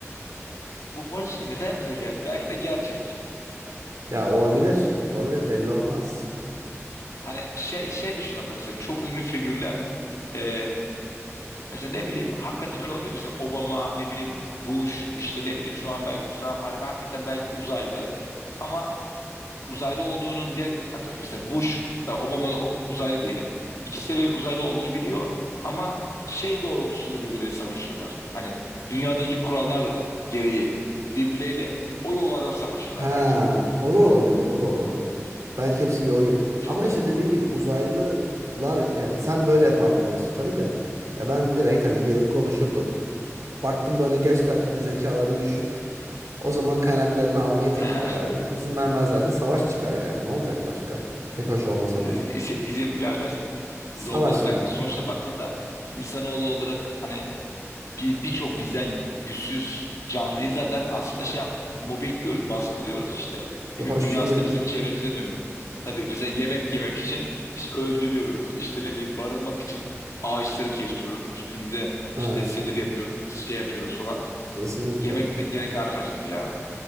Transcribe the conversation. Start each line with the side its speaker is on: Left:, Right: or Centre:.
Left: bu arada şey neden mesela ger- belki de gerçek.
Right: Ya olabilir. Olabilir belli olmaz.
Left: Hani şey şey düşün hatta mesela çok ünlü figürler e, mesela ne bileyim hakikaten öyle olabilir. Mesela Obama ne bileyim Bush işte ne bileyim şu an belki Trump hani hakikaten belki uzaylı ama uzaylı olduğunu diğer atıyorum mesela Bush da Obama da o- uzaylı diyelim. İkisi de birbirinin uzaylı olduğunu biliyor ama şey doğrultusunda birbirleriyle savaşıyorlar. Hani dünyadaki kurallar gereği birbirleriyle o yollardan savaşıyorlar
Right: Ha,
Left: belki de.
Right: o da olabilir. O da olabilir. Belki hepsi bir oyun.
Left: Çok
Right: Ama
Left: garip.
Right: işte dediğim gibi uzaylılar yani sen böyle yapardın diyorsun tabii de. Ya ben direkt hani gelip konuşurdum. Baktım böyle gerçekten zekaları düşük. O zaman kaynaklarını almayı teklif
Left: <laughs>
Right: ederdim. İzin vermezlerse savaş çıkar yani. Ne olacak başka? Pek hoş olmasa
Left: e,
Right: da.
Left: şey, izin vermez.
Right: Savaş
Left: Zorbalık.
Right: çıkar.
Left: Belki sonuçta baktığında insanoğlu olarak hani bir birçok bizden güçsüz canlıyı zaten aslında şey yap, mobbing diyoruz, baskılıyoruz işte.
Right: Bu
Left: Ne bileyim
Right: hoş
Left: dünyası
Right: bir şey değil.
Left: da bizim çevremize dönüyor. Tabii mesela yemek yemek için işte öldürüyoruz. İşte ne bileyim barınmak için ağaçları kesiyoruz. Üstümüze
Right: Evet.
Left: işte sedir yapıyoruz, şey yapıyoruz falan.
Right: Kesinlikle.
Left: Yemekte de gene karnım acıktı ya.